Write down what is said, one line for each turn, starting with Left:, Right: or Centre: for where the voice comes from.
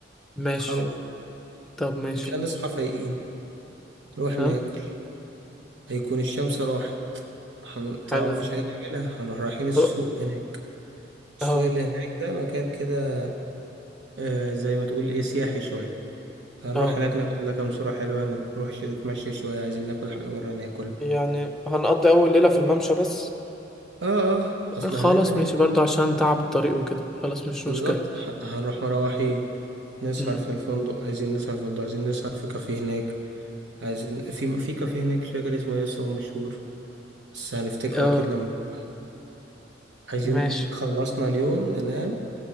Centre: ماشي
Right: هروح
Centre: طب ماشي
Right: لكن نصحى فايقين نروح
Centre: ها
Right: ناكل هيكون الشمس راحت هن... طبعا
Centre: حلو
Right: مفيش
Centre: ده
Right: حاجة نعملها هنروح رايحين السوق
Centre: أو-
Right: هناك السوق
Centre: اه
Right: اللي هناك ده مكان كده آه زي ما تقول إيه سياحي شوية هنروح
Centre: اه
Right: هناك ناخد لنا كام صورة حلوة نروح شوية نتمشى شوية عايزين ناكل حاجة برا ناكل
Centre: يعني هنقضي أول ليلة في الممشى بس
Right: آه آه أصل
Centre: خلاص
Right: هنعمل
Centre: ماشي
Right: إيه
Centre: برضو عشان تعب الطريق وكده خلاص مش
Right: بالظبط
Centre: مشكلة
Right: ه- هنروح مروحين نسهر
Centre: امم
Right: في الفندق عايزين نسهر في الفندق عايزين نسهر في كافيه هناك عايزين في في كافيه هناك مش فاكر اسمه ايه بس هو مشهور بس هنفتكره
Centre: اه
Right: اكيد لما نروح. عايزين
Centre: ماشي
Right: خلصنا اليوم ننام